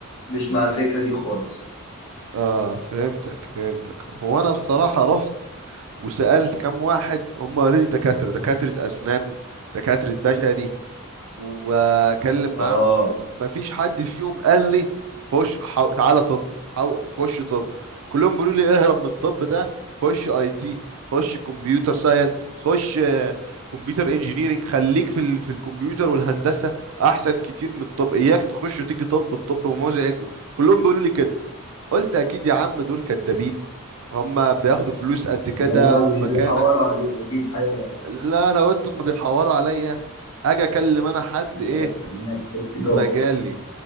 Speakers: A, on the left (about 80°); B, on the right (about 70°).
A: مش مع الفكرة دي خالص
B: اه فهمتك فهمتك هو انا بصراحة رحت وسألت كم واحد هم اوريدي دكاترة دكاترة اسنان دكاترة بشري واكلم معاهم
A: آه
B: مفيش حد فيهم قال لي خش حو... تعالى طب حو... خش طب كلهم بيقولوا لي اهرب من الطب ده خش اي تي خش كمبيوتر ساينس خش كمبيوتر انجينيرنج خليك في ال... في الكمبيوتر والهندسه احسن كتير من الطب اياك تخش وتيجي طب الطب مزعج كلهم بيقولوا لي كده قلت اكيد يا عم دول كدابين هما بياخدوا فلوس قد كده
A: لا لا
B: ومكانه
A: مش بيحوروا عليك أكيد حاجة يعني
B: لا انا قلت هما بيحوروا عليا اجي اكلم انا حد
A: مش
B: ايه
A: عايزينك بس جوه
B: في مجالي